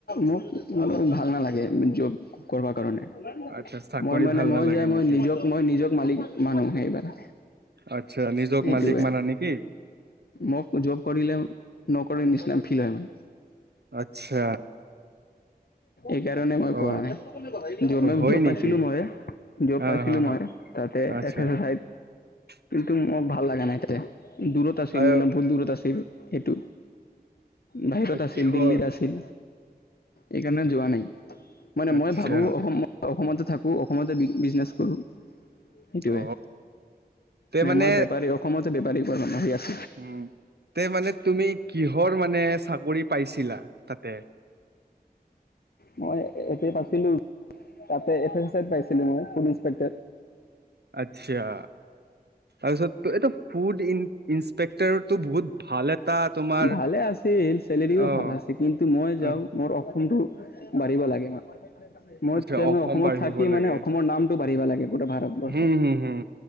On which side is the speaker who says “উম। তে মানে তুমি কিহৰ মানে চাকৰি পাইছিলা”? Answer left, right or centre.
Right